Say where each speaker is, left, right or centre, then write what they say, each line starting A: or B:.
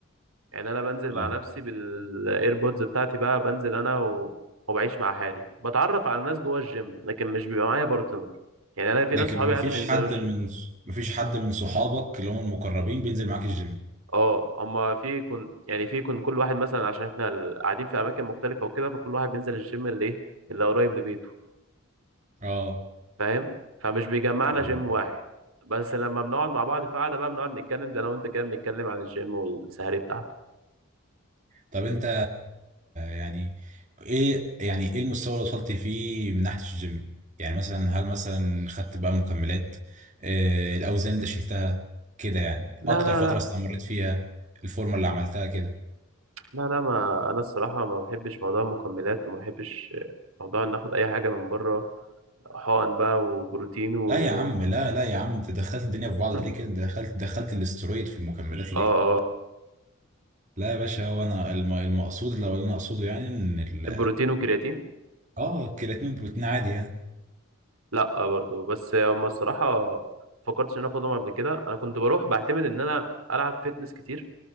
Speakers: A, on the right; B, on the right.
A: يعني انا بنزل
B: اه
A: مع نفسي بالايربودز بتاعتي بقى بنزل انا و... وبعيش مع حالي بتعرف على ناس جوه الجيم لكن مش بيبقى معايا بارتنر يعني انا في
B: لكن
A: ناس صحابي
B: مفيش
A: عادي بينزلوا
B: حد
A: الجيم
B: من مفيش حد من صحابك اللي هم المقربين بينزل معاك الجيم
A: اه اما في كن يعني في كن كل واحد مثلا عشان احنا ال- قاعدين في اماكن مختلفه وكده فكل واحد بينزل الجيم اللي ايه اللي قريب لبيته
B: اه
A: فاهم فمش بيجمعنا
B: فاهم
A: جيم واحد بس لما بنقعد مع بعض في قعده بقى بنقعد نتكلم ده انا وانت كده بنتكلم عن الجيم والسهري بتاعته
B: طب انت يعني ايه يعني ايه المستوى اللي وصلت فيه من ناحية الجيم يعني مثلا هل مثلا خدت بقى مكملات آه، الاوزان اللي شلتها كده يعني
A: لا
B: اكتر
A: لا
B: فترة
A: لا
B: استمريت فيها الفورمة اللي عملتها كده
A: لا لا ما انا الصراحه ما بحبش موضوع المكملات وما بحبش موضوع ان اخد اي حاجه من بره حقن بقى وبروتين و
B: لا يا عم لا لا يا عم انت دخلت الدنيا في بعض
A: هم.
B: ليه كده دخلت دخلت الاسترويد في المكملات ليه
A: اه اه
B: لا يا باشا هو انا الم- المقصود اللي انا اقصده يعني ان ال
A: البروتين والكرياتين
B: اه الكرياتين والبروتين عادي يعني
A: لا آه برضو بس هما الصراحه فكرتش ان انا اخدهم قبل كده انا كنت بروح بعتمد ان انا العب فيتنس كتير